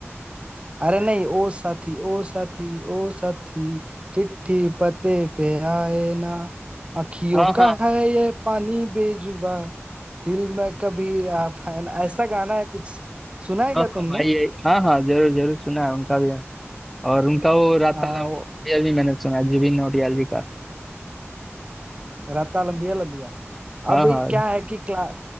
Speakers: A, on the right; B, in the centre.
A: अरे नहीं ओ साथी ओ साथी ओ साथी चिट्ठी पते पे आए ना अखियों
B: हाँ
A: का
B: हाँ
A: है ये पानी बेजुबा दिल में कभी आ पाए ना ऐसा गाना है कुछ सुना है
B: हाँ
A: क्या
B: हाँ
A: तुमने
B: भाई ये- हाँ हाँ जरूर जरूर सुना है उनका भी और उनका वो राता
A: आ,
B: लम्बी भी मैंने सुना है जुबिन नौटियाल जी का
A: राता लंबिया लंबिया
B: हाँ
A: अब
B: हाँ
A: क्या है कि क्ला